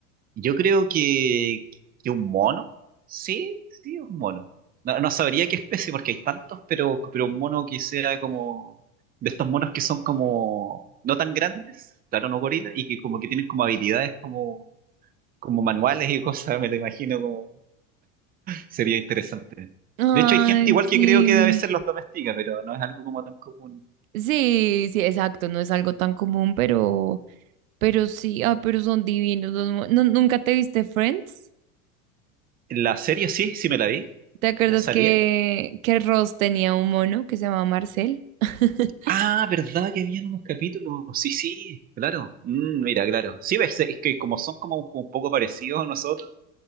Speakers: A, on the right; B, on the right.
A: Yo creo que, que un mono, sí, sí, un mono. No, no sabría qué especie porque hay tantos, pero, pero un mono que sea como de estos monos que son como no tan grandes, claro, no gorilas, y que como que tienen como habilidades como, como manuales y cosas, me lo imagino como. Sería interesante.
B: Ay,
A: De hecho, hay gente igual que
B: sí.
A: creo que a veces los domestica, pero no es algo como tan común.
B: Sí, sí, exacto, no es algo tan común, pero, pero sí, ah, pero son divinos. los mo- ¿Nu- ¿Nunca te viste Friends?
A: la serie sí, sí me la vi.
B: ¿Te acuerdas
A: ¿Ya salía?
B: que, que Ross tenía un mono que se llamaba Marcel? <laughs>
A: Ah, ¿verdad que habían unos capítulos? Sí, sí, claro. Mm, mira, claro. Sí, ves, es que como son como un, un poco parecidos a nosotros,